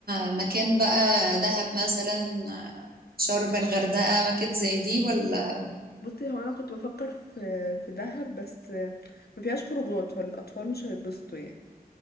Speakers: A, on the right; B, on the left.
A: آه، مكان بقى دهب مثلا آه، شرم الغردقة مكان زي دي ولا
B: بصي هو أنا كنت بفكر في في دهب بس ما فيهاش خروجات فالأطفال مش هيتبسطوا يعني